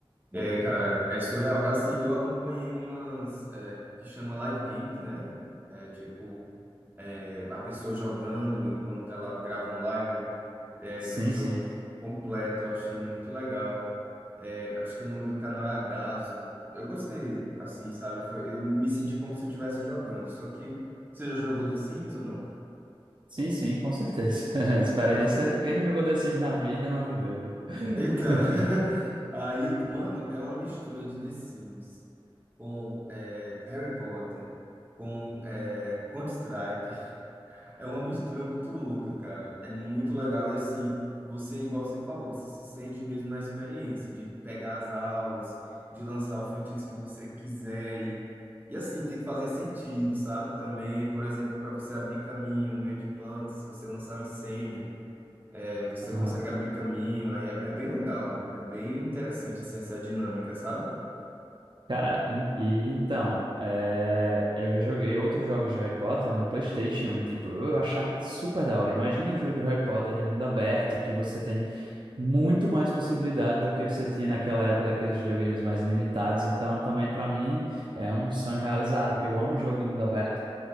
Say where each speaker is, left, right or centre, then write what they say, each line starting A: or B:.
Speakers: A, on the right; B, on the right.
A: É, cara, é surreal. É assim, eu acompanhei umas é, que chama live games, né? É tipo, é, a pessoa jogando enquanto ela grava uma live é,
B: Sim,
A: do jogo
B: sim.
A: completo. Eu achei muito legal. É, eu acho que o nome do canal é Agazo. Eu gostei, assim, sabe? Foi- eu me senti como se eu estivesse jogando. Só que você já jogou The Sims ou
B: Sim, sim, com certeza. <laughs> Experiência,
A: não?
B: quem não jogou The Sims na vida não viveu. <laughs>
A: Então, <laughs> aí, mano, é uma mistura de The Sims com é, Harry Potter, com é, Counter-Strike. É uma mistura muito louca, cara. É muito legal. E assim, você, igual você falou, você se sente mesmo na experiência de pegar as aulas, de lançar o feitiço que você quiser. E, e assim, tem que fazer sentido, sabe? Também, por exemplo, para você abrir caminho no meio de plantas, se você lançar um incêndio é, você
B: Aham.
A: consegue abrir caminho, aí é, é bem legal, é bem interessante, assim, essa dinâmica, sabe?
B: Cara, e, e então, é, eu já joguei outros jogos de Harry Potter no PlayStation e, tipo, eu achava super da hora. Imagina um jogo de Harry Potter de mundo aberto, que você tem muito mais possibilidade do que você tinha naquela época daqueles videogames mais limitados. Então, também para mim é um sonho realizado, que eu amo o jogo de mundo aberto.